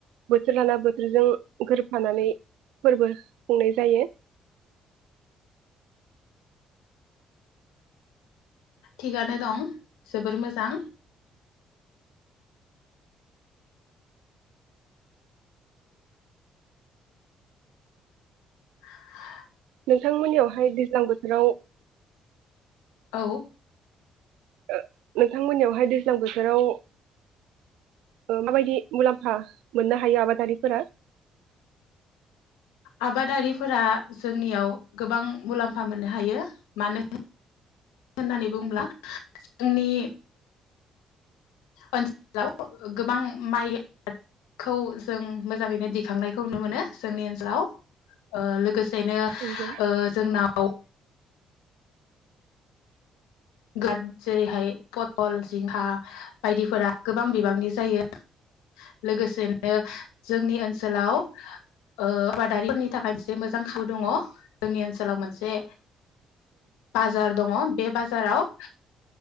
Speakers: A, on the right; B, on the left.
A: बोथोर लाना बोथोरजों गोरोबफानानै फोरबो खुंनाय जायो
B: थिगानो दं जोबोर मोजां हो हो
A: नोंथांमोननियावहाय दैज्लां बोथोराव
B: औ
A: ओ नोंथांमोननियावहाय दैज्लां बोथोराव ओ, माबायदि मुलाम्फा मोननो हायो आबादारिफोरा?
B: आबादारिफोरा जोंनियाव गोबां मुलाम्फा मोननो हायो मानो होननानै बुङोब्ला जोंनि ओनसोलाव गोबां माइखौ जों मोजाङैनो दिखांनायखौ नुनो मोनो जोंनि ओनसोलाव ओ, लोगोसे बेनो
A: नंगौ,
B: ओ, जोंनाव ग्लाड जेरैहाय पथल, जिंखा बायदिफोरा गोबां बिबांनि जायो लोगोसेनो जोंनि ओनसोलाव ओ, आबादारिफोरनि थाखाय मोनसे मोजां खावु दङ जोंनि ओनसोलाव मोनसे बाजार दङ। बे बाजार जाराव